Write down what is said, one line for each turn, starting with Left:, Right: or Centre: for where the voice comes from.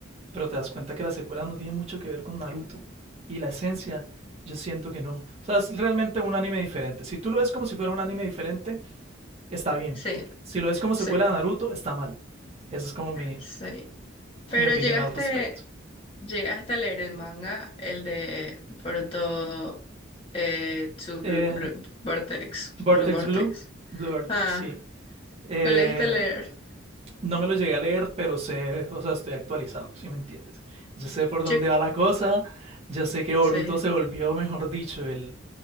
Right: pero te das cuenta que la secuela no tiene mucho que ver con Naruto. Y la esencia, yo siento que no. O sea, es realmente un anime diferente. Si tú lo ves como si fuera un anime diferente, está bien.
Left: Sí,
Right: Si lo ves como
Left: sí,
Right: secuela de Naruto, está mal. Esa es como mi,
Left: sí. Pero
Right: mi opinión
Left: llegaste,
Right: al respecto.
Left: llegaste a leer el manga, el de Boruto eh, to
Right: Eh,
Left: Blue, Blue Vortex,
Right: Vortex
Left: Blue Vortex.
Right: Blue, Blue Vortex,
Left: Ah,
Right: sí. Eh,
Left: lo leíste a leer.
Right: No me lo llegué a leer, pero sé, o sea, estoy actualizado, si me entiendes. Yo sé por dónde
Left: Yo-
Right: va la cosa, yo sé que Boruto
Left: sí,
Right: se volvió, mejor dicho, el,